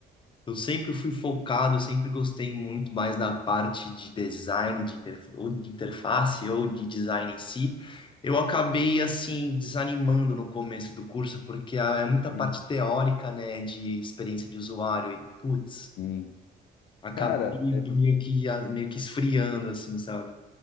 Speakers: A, on the left; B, on the left.
A: Eu sempre fui focado, eu sempre gostei muito mais da parte de design, de interf- ou de interface, ou de design em si. Eu acabei, assim, desanimando no começo do curso, porque ah, é muita parte
B: Sim.
A: teórica, né, de experiência de usuário, e, putz,
B: Sim.
A: acabei
B: Cara,
A: meio que, ah, meio que esfriando, assim, sabe?